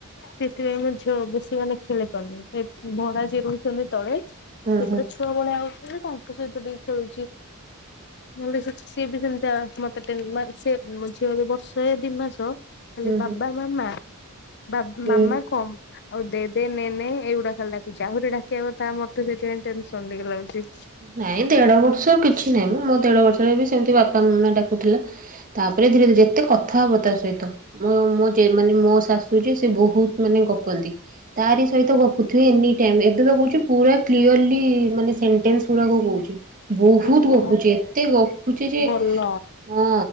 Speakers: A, on the left; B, on the right.
A: ସେଥିପାଇଁ ମୋ ଝିଅ ବେଶୀ ମାନେ ଖେଳି ପାରୁନି। ସେ ଭଡା ଯିଏ ରହୁଛନ୍ତି ତଳେ
B: ହୁଁ
A: ସେପଟେ
B: ହୁଁ
A: ଛୁଆ ମୋଳେ ଆଉଛିନ୍ତି ତାଙ୍କ ସହିତ ଟିକେ ଖେଳୁଛି। ନହେଲେ ସେ ସିଏ ବି ସେମିତି ଆ ମତେ ଟେ ମାନେ ମୋ ଝିଅ ବର୍ଷ ଦି ମାସ। ଖଲେ
B: ହୁଁ
A: ବାବା ମାମା ବା ମାମା
B: ହୁଁ
A: କମ୍ ଆଉ ଦେ ଦେ ନେନେ ଏଇଗୁଡା ଖାଲି ଡାକୁଚଛି ଆହୁରି ଡାକିବା କଥା ମତେ ସେଥିପାଇଁ ଟେନସନ ଟିକେ ଲାଗୁଛି।
B: ନାଇଁ ଦେଢ ବର୍ଷ କିଛି ନାଇଁ ମୁଁ ମୋ ଦେଢ ବର୍ଷରେ ସେମିତି ବାପା ମାମା ଡ଼ାକୁ। ତାପରେ ଧୀରେ ଧୀରେ ଯେତେ କଥା ହବ ତା ସହିତ ମୋ ମାନେ ମୋ ଶାଶୁ ଯେ ସେ ବହୁତ ମାନେ ଗପନ୍ତି। ତାରି ସହିତ ଗପୁଥିବେ ଏନି ଟାଇମ ଏବେ ତ କହୁଛି ପୁରା। କ୍ଲିୟର ଲି ମାନେ ସେଣ୍ଟେନ୍ସ ଗୁଡାକ କହୁଛି। ବହୁତ
A: ଓହୋ
B: ଗପୁଛି ଏତେ ଗପୁଛି ଯେ
A: ଭଲ
B: ହଁ